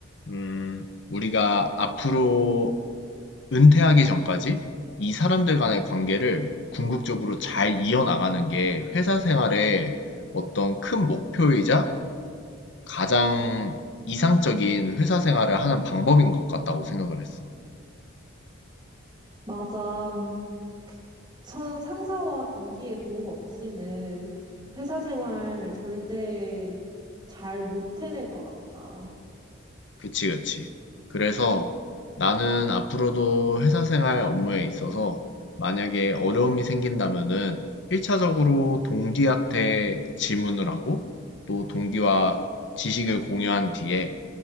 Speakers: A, on the left; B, on the right.
A: 음, 우리가 앞으로 은퇴하기 전까지 이 사람들 간의 관계를 궁극적으로 잘 이어나가는 게 회사 생활의 어떤 큰 목표이자 가장 이상적인 회사 생활을 하는 방법인 것 같다고 생각을 했어.
B: 맞아. 그 선- 상사와 동기의 도움 없이는 회사 생활 절대 잘 못 해낼 것 같아.
A: 그치, 그치. 그래서 나는 앞으로도 회사 생활 업무에 있어서 만약에 어려움이 생긴다면은 1차적으로 동기한테 질문을 하고 또 동기와 지식을 공유한 뒤에